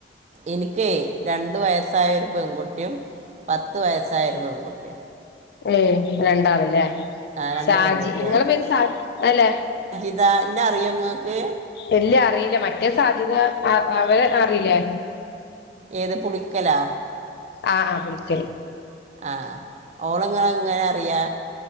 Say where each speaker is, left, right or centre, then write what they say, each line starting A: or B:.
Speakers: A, on the right; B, on the left.
A: എനിക്കേ രണ്ടു വയസ്സായൊരു പെൺകുട്ടിയും പത്ത് വയസ്സായിരുന്നു പെണ്കുട്ടി
B: ഏ രണ്ടാളല്ലേ
A: ആ രണ്ട്
B: ഷാജി
A: പെൺകുട്ടികൾ
B: നിങ്ങളെ പേര് ഷാജി അല്ലേ
A: എന്താ ഇന്ന അറിയോ നിങ്ങൾക്ക്
B: എല്ല അറിയില്ല മറ്റേ സാധ്യത അവരെ അറിയില്ലേ
A: ഏത് പുളിക്കലാ
B: ആആ പുളിക്കൽ
A: ആ ഓളങ്ങങ്ങനെ അറിയാ